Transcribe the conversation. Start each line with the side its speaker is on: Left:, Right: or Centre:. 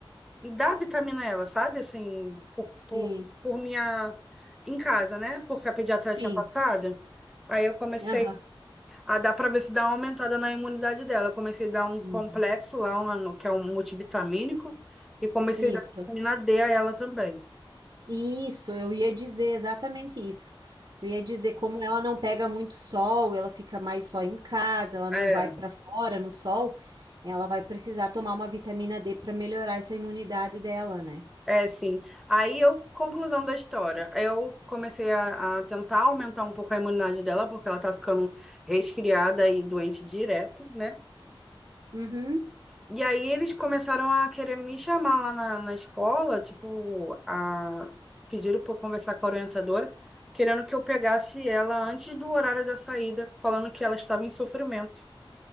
Centre: dar vitamina a ela, sabe? Assim, por,
Right: Sim,
Centre: por, por minha. Em casa, né? Porque a pediatra
Right: sim.
Centre: tinha passado. Aí eu comecei
Right: Aham.
Centre: a dar para ver se dá uma aumentada na imunidade dela. Eu comecei a dar um complexo
Right: Uhum.
Centre: lá, uma- que é um multivitamínico, e comecei a dar
Right: Isso,
Centre: vitamina D a ela também.
Right: isso, eu ia dizer exatamente isso. Eu ia dizer como ela não pega muito sol, ela fica mais só em casa, ela não
Centre: É,
Right: vai para fora no sol, ela vai precisar tomar uma vitamina D para melhorar essa imunidade dela, né?
Centre: é sim. Aí eu, conclusão da história, eu comecei a, a tentar aumentar um pouco a imunidade dela, porque ela tá ficando resfriada e doente direto, né?
Right: Uhum.
Centre: E aí eles começaram a querer me chamar lá na, na escola, tipo, a pediram para conversar com a orientadora, querendo que eu pegasse ela antes do horário da saída, falando que ela estava em sofrimento.